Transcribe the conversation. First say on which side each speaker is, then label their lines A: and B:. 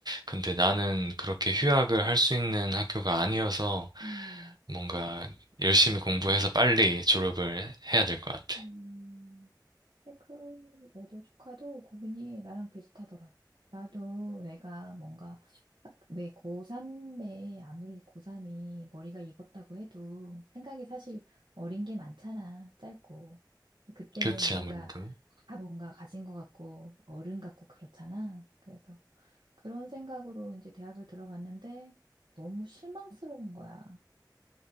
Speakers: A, on the right; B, on the right.
A: 근데 나는 그렇게 휴학을 할 수 있는 학교가 아니어서
B: 음.
A: 뭔가 열심히 공부해서 빨리 졸업을 해야 될 것 같아.
B: 음, 근데 그 애도 조카도 고민이 나랑 비슷하더라고. 나도 내가 뭔가 학- 왜 고3에 아무리 고3이 머리가 익었다고 해도 생각이 사실 어린 게 많잖아. 짧고. 근데 그때는
A: 그렇지,
B: 우리가
A: 아무래도.
B: 다 뭔가 가진 것 같고 어른 같고 그렇잖아. 그래서 그런 생각으로 이제 대학을 들어갔는데 너무 실망스러운 거야.